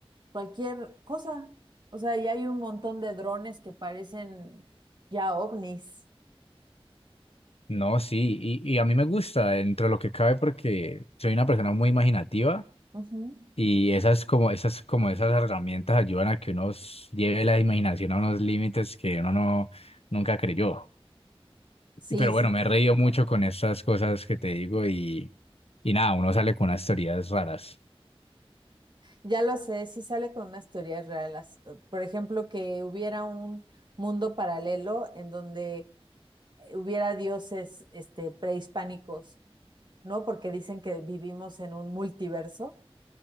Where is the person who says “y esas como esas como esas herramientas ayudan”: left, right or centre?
Left